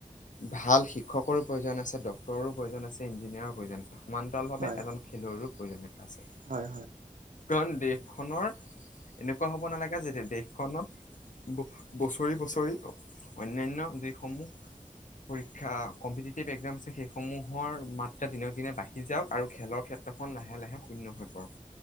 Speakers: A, on the left; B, on the right.
A: ভাল শিক্ষকৰো প্ৰয়োজন আছে, ডাক্তৰো প্ৰয়োজন আছে, ইঞ্জিনিয়াৰৰো প্ৰয়োজন আছে। সমান্তৰালভাৱে
B: হয়
A: এজন খেলুৱৈৰো প্ৰয়োজন আছে,
B: হয় হয়
A: কাৰণ দেশখনৰ এনেকুৱা হ'ব নালাগে, যেতিয়া দেশখনত ব-বছৰি, বছৰি অন্যয়ন দেশ সমূহ পৰীক্ষা কম্পিটিটিভ এক্সাম আছে, সেইসমূহৰ মাত্ৰা দিনক দিনে বাঢ়ি জাওক আৰু খেলৰ ক্ষেত্ৰখন লাহে লাহে শূন্য হৈ পৰক,